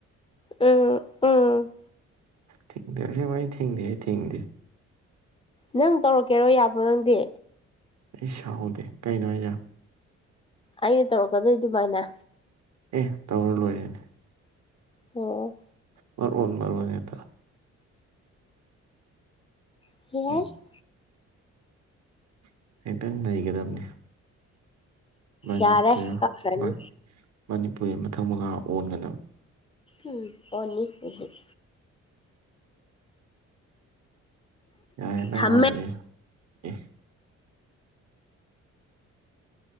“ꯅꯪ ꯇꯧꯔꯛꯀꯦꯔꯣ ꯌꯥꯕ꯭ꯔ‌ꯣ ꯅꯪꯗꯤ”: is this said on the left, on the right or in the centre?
Left